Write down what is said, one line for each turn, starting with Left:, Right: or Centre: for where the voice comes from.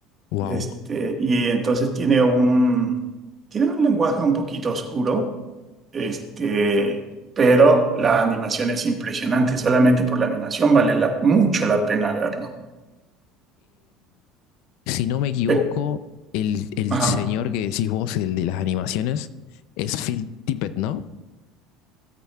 Left: Wow.
Right: Este, y entonces tiene un, tiene un lenguaje un poquito oscuro, este, pero la animación es impresionante. Solamente por la animación vale la- mucho la pena verlo.
Left: si no me equivoco,
Right: Pe-
Left: el, el
Right: ajá.
Left: señor que decís vos, el de las animaciones, es Phil Tippett, ¿no?